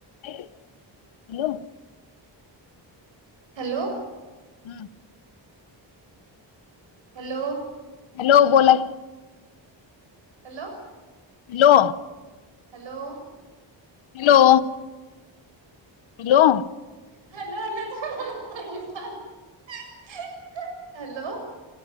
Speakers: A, on the left (about 85°); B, on the right (about 75°).
A: ऐक की hello
B: hello
A: हम
B: हॅलो
A: हॅलो बोला
B: hello
A: hello
B: hello
A: hello hello
B: hello hello <unintelligible> hello